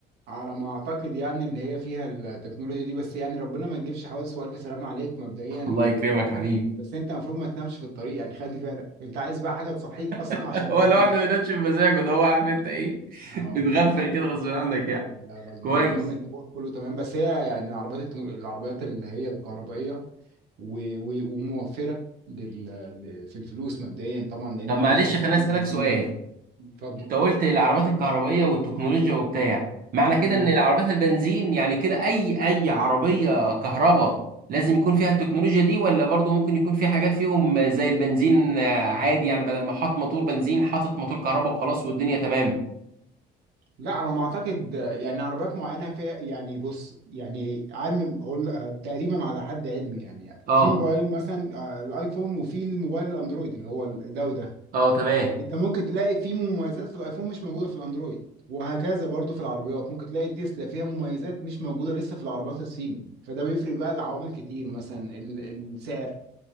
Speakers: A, on the right; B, on the right.
A: على ما اعتقد يعني اللي هي فيها التكنولوجيا دي بس يعني ربنا ما تجيبش حوادث والف سلامه عليك مبدئيا
B: <laughs> الله
A: و...
B: يكرمك حبيبي
A: بس انت المفروض ما تنامش في الطريق يعني خلي بالك انت عايز بقى حاجه تصحيك اصلا
B: <laughs>
A: عشان
B: هو
A: ما تنامش
B: الواحد ما بينامش بمزاجه ده هو عارف انت ايه <laughs> بتغفل
A: اه لا
B: كده غصب عنك
A: آه،
B: يعني
A: لا غصب
B: كويس
A: عنك المهم انت فوق كله تمام بس هي يعني العربيات التك- العربيات اللي هي الكهربائيه و- و- وموفره لل... ل- في الفلوس مبدئيا طبعا لان
B: طب
A: انت
B: معلش
A: شايف دلوقتي
B: خليني اسالك
A: البنزين
B: سؤال
A: بكام اتفضل
B: انت قلت العربات الكهربائيه والتكنولوجيا وبتاع معنى كده
A: مم.
B: ان العربات البنزين يعني كده اي اي عربيه كهرباء لازم يكون فيها التكنولوجيا دي ولا برضو ممكن يكون في حاجات فيهم زي البنزين آه، عادي يعني بدل ما حط موتور بنزين حاطط موتور كهرباء وخلاص والدنيا تمام
A: لا على ما اعتقد آه، يعني عربيات معينه فيها يعني بص يعني عام هقول آه، تقريبا على حد علمي يعني
B: اه
A: في موبايل مثلا آه، الايفون وفي الموبايل الاندرويد اللي هو ال- ده وده
B: اه تمام
A: انت ممكن تلاقي فيه مميزات في الايفون مش موجوده في الاندرويد وهكذا برضو في العربيات ممكن تلاقي تسلا فيها مميزات مش موجوده لسه في العربيات الصيني فده بيفرق بقى لعوامل كتير مثلا ال- السعر